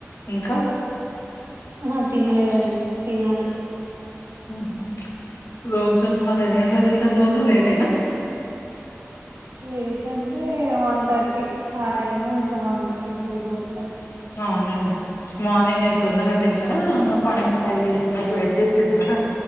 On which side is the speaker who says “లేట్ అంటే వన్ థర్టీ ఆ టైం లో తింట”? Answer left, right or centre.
Right